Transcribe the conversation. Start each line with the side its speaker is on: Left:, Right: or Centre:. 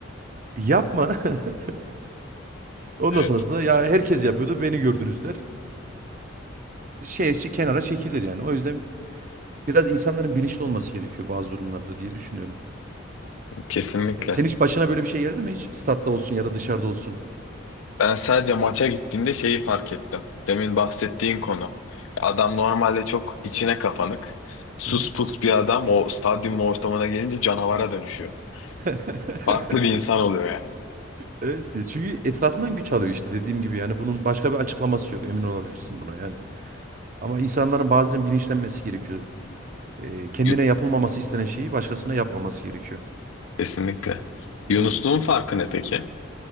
Right: E, Yapma. <laughs> Ondan
Left: evet.
Right: sonrasında ya herkes yapıyordu beni gördünüz der. E, şey, şey kenara çekilir yani. O yüzden biraz insanların bilinçli olması gerekiyor bazı durumlarda diye düşünüyorum.
Left: Kesinlikle.
Right: Ya sen hiç başına böyle bir şey geldi mi? Hiç statta olsun ya da dışarıda olsun.
Left: Ben sadece maça gittiğimde şeyi fark ettim. Demin bahsettiğin konu. Adam normalde çok içine kapanık, sus
Right: Hı hı.
Left: pus bir adam o stadyumun ortamına gelince canavara dönüşüyor.
Right: <laughs>
Left: Farklı bir insan oluyor yani.
Right: Evet ya çünkü etrafından güç alıyor işte dediğim gibi yani bunun başka bir açıklaması yok emin olabilirsin buna yani. Ama insanların bazen bilinçlenmesi gerekiyor. Ee, kendine
Left: Yu-
Right: yapılmaması istenen şeyi başkasına yapmaması gerekiyor.
Left: Kesinlikle. Yunusluğun
Right: Yani
Left: farkı ne peki?